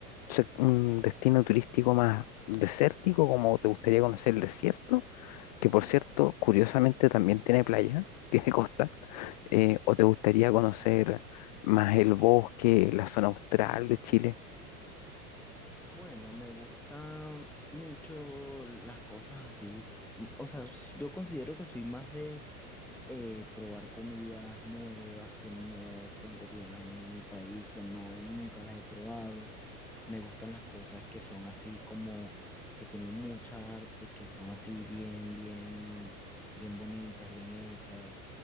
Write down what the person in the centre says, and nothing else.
Bueno, me gustan mucho las cosas así. O sea, s- yo considero que soy más de eh, probar comidas nuevas que no son cotidianas en mi país, que no, nunca las he probado. Me gustan las cosas que son así como, que tienen mucha arte, que son así bien, bien, bien bonitas, bien hechas.